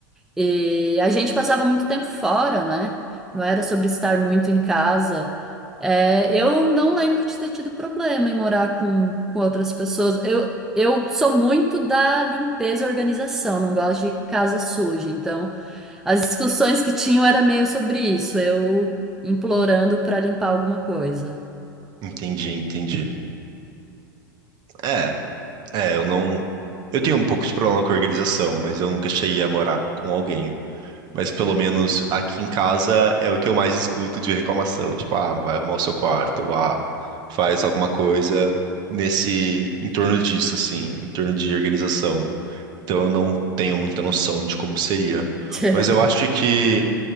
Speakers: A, in the centre; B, on the right.
A: E a gente passava muito tempo fora, né? Não era sobre estar muito em casa. É, eu não lembro de ter tido problema em morar com, com outras pessoas. Eu, eu sou muito da limpeza e organização, não gosto de casa suja. Então, as discussões que tinham era meio sobre isso, eu implorando para limpar alguma coisa.
B: Entendi, entendi. É, é, eu não. Eu tenho um pouco de problema com a organização, mas eu nunca cheguei a morar com alguém. Mas pelo menos aqui em casa é o que eu mais escuto de reclamação. Tipo, ah, vai arrumar o seu quarto, ou, ah, faz alguma coisa nesse, em torno disso, assim, em torno de organização. Então eu não tenho muita noção de como seria.
A: <laughs>
B: Mas eu acho que,